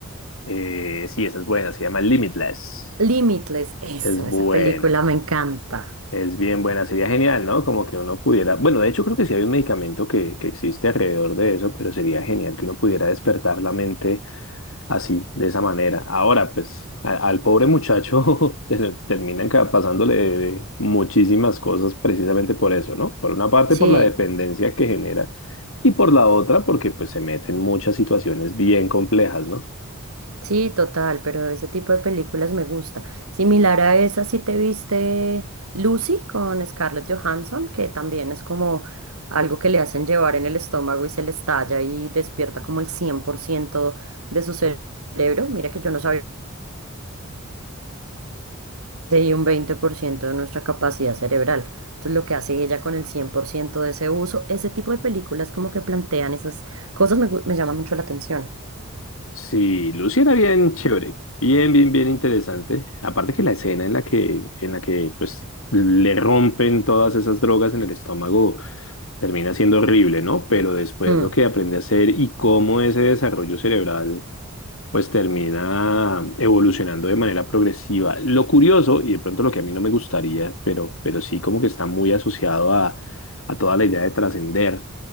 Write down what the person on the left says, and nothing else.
Eh, sí, esa es buena, se llama Limitless.
Es buena,
es bien buena, sería genial, ¿no? Como que uno pudiera, bueno, de hecho creo que sí hay un medicamento que, que existe alrededor de eso, pero sería genial que uno pudiera despertar la mente así, de esa manera. Ahora, pues, a- al pobre muchacho <laughs> ter- terminan ca- pasándole muchísimas cosas precisamente por eso, ¿no? Por una parte,
por la dependencia que genera y por la otra, porque pues se mete en muchas situaciones bien complejas, ¿no?
Sí, Lucy era bien chévere, bien, bien, bien interesante. Aparte que la escena en la que, en la que, pues, le rompen todas esas drogas en el estómago termina siendo horrible, ¿no? Pero después
lo que aprende a hacer y cómo ese desarrollo cerebral pues termina evolucionando de manera progresiva. Lo curioso, y de pronto lo que a mí no me gustaría, pero, pero sí como que está muy asociado a, a toda la idea de trascender,